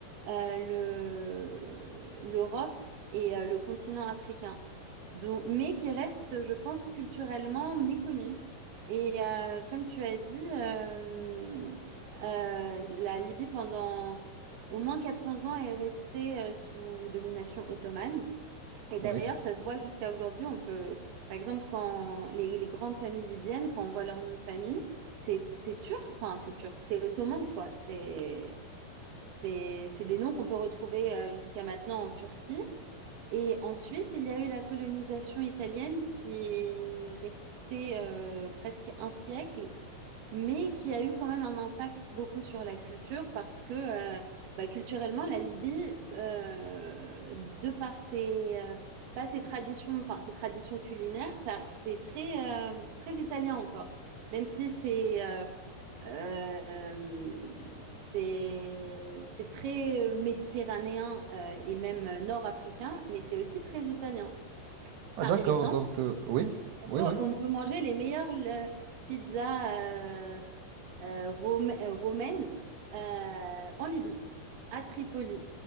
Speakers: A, on the right; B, on the right.
A: euh, le, l'Europe et euh, le continent africain. Donc, mais qui reste, je pense, culturellement méconnu. Et euh, comme tu as dit, euh, euh, la Libye pendant au moins 400 ans est restée euh, sous domination ottomane. Et
B: Oui.
A: d'ailleurs, ça se voit jusqu'à aujourd'hui. On peut, par exemple, quand les, les grandes familles libyennes, quand on voit leur nom de famille, c'est c'est turc, enfin c'est turc, c'est ottoman quoi. C'est c'est c'est des noms qu'on peut retrouver euh, jusqu'à maintenant en Turquie. Et ensuite, il y a eu la colonisation italienne qui est restée euh, presque un siècle mais qui a eu quand même un impact beaucoup sur la culture parce que euh, bah, culturellement, la Libye, euh, de par ses, euh, pas ses traditions, enfin, ses traditions culinaires, ça, c'est très, euh, c'est très italien encore, même si c'est euh, euh, c'est c'est très méditerranéen euh, et même nord-africain, mais c'est aussi très italien.
B: Ah
A: Par
B: d'accord,
A: exemple,
B: donc euh, oui,
A: on
B: oui,
A: peut,
B: oui.
A: on peut manger les meilleures le- pizzas euh, euh, Rome- euh, romaine euh, en Libye, à Tripoli.